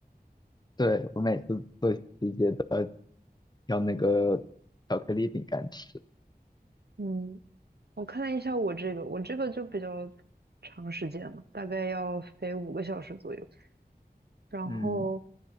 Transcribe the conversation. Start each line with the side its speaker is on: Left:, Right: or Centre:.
Left: 对，我每次做题节都要挑那个巧克力饼干吃。
Right: 嗯，我看了一下我这个，我这个就比较长时间了，大概要飞五个小时左右。然后
Left: 嗯